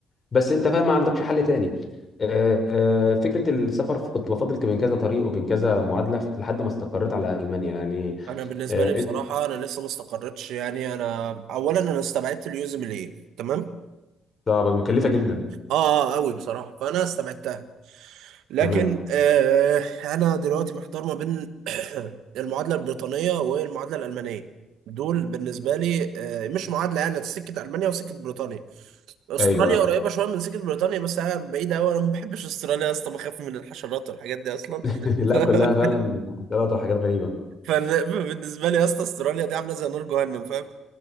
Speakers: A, on the left; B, on the right.
A: بس انت فاهم ما عندكش حل تاني آه، آه، فكره السفر كنت بفضل بين كذا طريق وبين كذا معادله لحد ما استقريت على المانيا يعني
B: انا بالنسبة
A: آه،
B: لي بصراحة انا لسه ما استقرتش يعني انا اولا انا استبعدت اليوزمل ايه تمام
A: طب مكلفه جدا
B: اه اه قوي بصراحة فانا استبعدتها لكن
A: تمام
B: آه انا دلوقتي محتار ما بين <clears throat> المعادله البريطانيه والمعادله الالمانيه دول بالنسبه لي آه مش معادله يعني سكه المانيا وسكه بريطانيا استراليا
A: ايوه
B: قريبه شويه من سكه بريطانيا بس انا بعيده قوي انا ما بحبش استراليا يا اسطى بخاف من الحشرات والحاجات دي اصلا
A: <laughs> لا
B: <laughs>
A: كلها فعلا عطلات وحاجات غريبه
B: فبالنسبه لي يا اسطى استراليا دي عامله زي نار جهنم فاهم